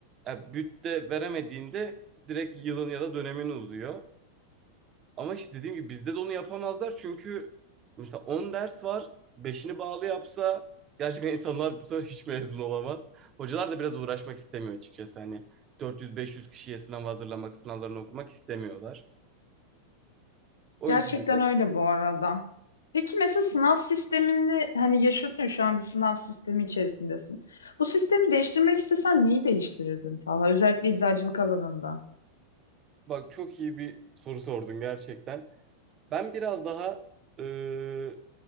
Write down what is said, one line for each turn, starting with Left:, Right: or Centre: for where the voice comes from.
Right: ya, bütte veremediğinde direkt yılın ya da dönemin uzuyor. Ama işte dediğim gibi bizde de onu yapamazlar çünkü mesela 10 ders var. beşini bağlı yapsa gerçekten insanlar bu sefer hiç mezun olamaz. Hocalar da biraz uğraşmak istemiyor açıkçası. Hani 400-500 kişiye sınav hazırlamak, sınavlarını okumak istemiyorlar. O
Left: Gerçekten
Right: yüzden de
Left: öyle bu arada. Peki mesela sınav sistemini hani yaşıyorsun ya, şu an bir sınav sistemi içerisindesin. Bu sistemi değiştirmek istesen neyi değiştirirdin Talha? Özellikle eczacılık alanında.
Right: Bak çok iyi bir soru sordun gerçekten. Ben biraz daha e,